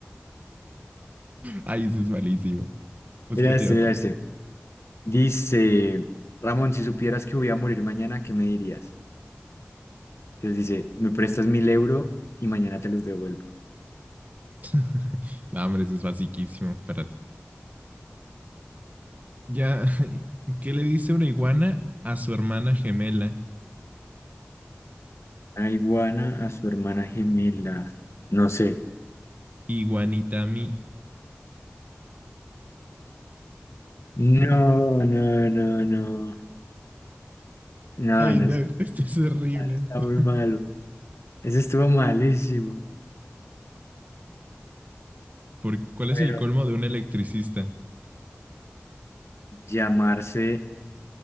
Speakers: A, on the right; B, on the left.
A: Ay, eso es malísimo. Búscate
B: Mira este,
A: otro.
B: mira este. Dice, Ramón, si supieras que voy a morir mañana, ¿qué me dirías? Entonces dice, me prestas mil euros y mañana te los devuelvo.
A: <laughs> no, hombre, eso es basiquísimo. Espérate. Ya, <laughs> ¿qué le dice una iguana a su hermana gemela,
B: A iguana a su hermana gemela. No sé.
A: Iguanitami?
B: No, no, no, no. No,
A: Ay,
B: no,
A: no,
B: eso
A: esto es horrible.
B: está
A: <laughs>
B: muy malo. Eso estuvo malísimo.
A: ¿Por cuál
B: A
A: es
B: ver,
A: el
B: otro,
A: colmo de un
B: otro.
A: electricista?
B: Llamarse,